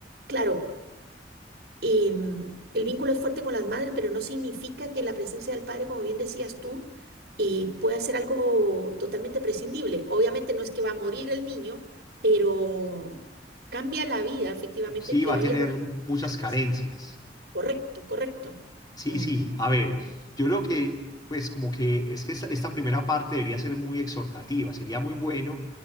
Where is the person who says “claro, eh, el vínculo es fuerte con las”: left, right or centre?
Right